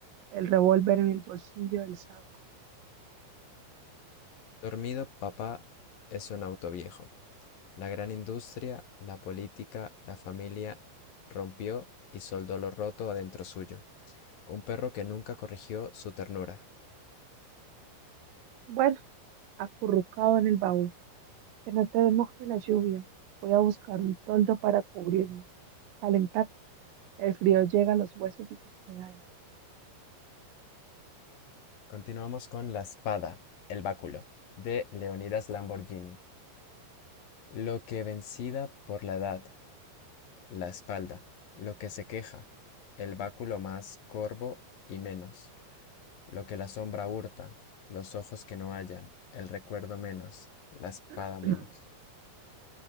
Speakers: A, on the right (about 75°); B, on the left (about 50°).
A: el revólver en el bolsillo del saco.
B: Dormido, papá es un auto viejo. La gran industria, la política, la familia rompió y soldó lo roto adentro suyo. Un perro que nunca corrigió su ternura.
A: Bueno, acurrucado en el baúl, que no te moje la lluvia. Voy a buscar un toldo para cubrirnos. Calentar El frío llega a los huesos y se queda ahí.
B: Continuamos con La espada, el báculo, de Leonidas Lamborghini. Lo que vencida por la edad, la espalda, lo que se queja, el báculo más corvo y menos, lo que la sombra hurta, los ojos que no hallan, el recuerdo menos, la espada
A: <clears throat>
B: menos.